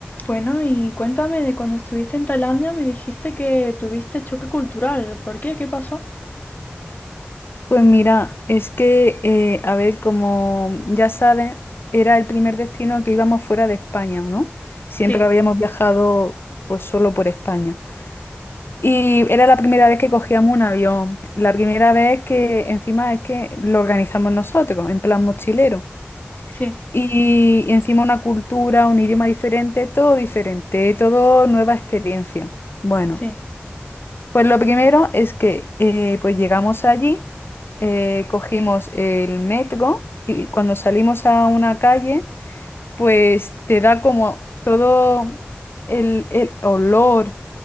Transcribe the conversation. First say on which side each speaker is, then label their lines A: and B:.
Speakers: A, on the left; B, on the left.
A: Bueno, y cuéntame de cuando estuviste en Tailandia, me dijiste que tuviste choque cultural. ¿Por qué? ¿Qué pasó?
B: Pues mira, es que, eh, a ver, como ya sabes, era el primer destino que íbamos fuera de España, ¿no? Siempre
A: Sí,
B: habíamos viajado pues solo por España. Y era la primera vez que cogíamos un avión, la primera vez que encima es que lo organizamos nosotros, en plan mochilero.
A: sí,
B: Y, y encima una cultura, un idioma diferente, todo diferente, todo nueva experiencia. Bueno.
A: sí.
B: Pues lo primero es que eh, pues llegamos allí, eh, cogimos el metro y cuando salimos a una calle, pues te da como todo el, el olor,